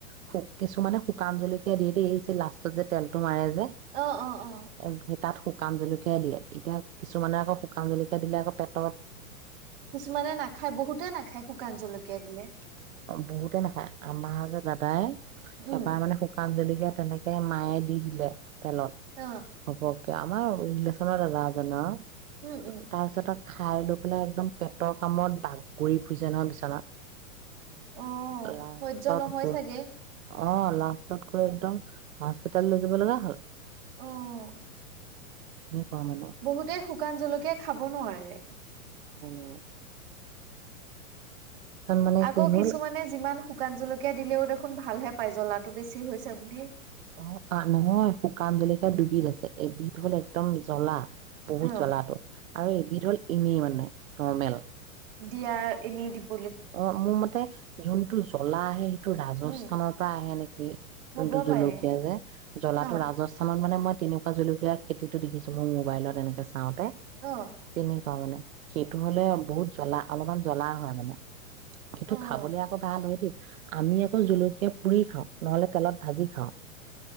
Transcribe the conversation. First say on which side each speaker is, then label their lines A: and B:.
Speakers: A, on the right; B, on the right.
A: শু কিছুমানে শুকান জলকীয়া দি এইযে লাষ্টত যে তেলটো মাৰে যে
B: অ অ অ
A: স যে এ তাত শু। শুকান জলকীয়া দিয়ে, এতিয়া কিছুমানে আকৌ শুকান জলকীয়া দিলে আকৌ পেটৰ
B: কিছুমানে নাখায়। বহুতে নাখায় শুকান জলকীয়া দিলে।
A: বহুতেই নাখায়। আমাৰ যে দাদাই
B: উম।
A: এবাৰ মানে শুকান জলকীয়া তেনেকে মায়ে দি দিলে তেলত
B: অ',
A: ঘপক আমাৰ ৰিলেশচনৰ দাদা এজনৰ
B: উম, উম,
A: তাৰপিছত আকৌ খাই লৈ পেলাই একদম পেটৰ কামোৰত বাগৰি ফুৰিছে নহয় বিচনাত।
B: অ'
A: লাষ্টত
B: সহ্য নহয়
A: গৈ
B: চাগে?
A: অ, লাষ্টতকৈ একদম হস্পিটাল লৈ যাব লগা হ'ল।
B: অ'।
A: এনেকুৱা মানে
B: বহুতে শুকান জলকীয়া খাব নোৱাৰে।
A: ও মানে
B: আকৌ
A: কি হ'ল
B: কিছুমানে যিমান শুকান জলকীয়া দিলেও দেখোন ভা ভালহে পায় জ্বলাটো বেছি হৈছে বুলি।
A: অ' আ- নহয়, শুকান জলকী‌য়া দুবিধ আছে। এবিধ হ'ল একদম জ্বলা বহুত
B: অ',
A: জলাটো। আৰু এবিধ হ'ল এনেই মানে, নৰ্মেল।
B: দিয়াৰ এনে দিব
A: অ' মোৰ মতে যোন তো জ্বলাহে টো ৰাজস্থানৰ
B: উম,
A: পৰা আহে নেকি?
B: হ'ব
A: যোনটো জলকীয়া
B: পাৰে
A: যে? জ্বলাটো
B: অ',
A: ৰাজস্থানত মানে মই তেনেকুৱা জলকীয়া খেতিটো দেখিছোঁ মই। মোবাইলত এনেকৈ চাওঁ তে
B: অ',
A: তেনেকুৱা মানে। সেইটো হ'লে বহুত জ্বলা- অলপমান জ্বলা হয় মানে। সেইটো
B: অ', অ'।
A: খাবলে আকৌ ভাল হয় দেই। আমি আকৌ জুলকীয়া পুৰি খাওঁ। নহলে তেলত ভাজি খাওঁ।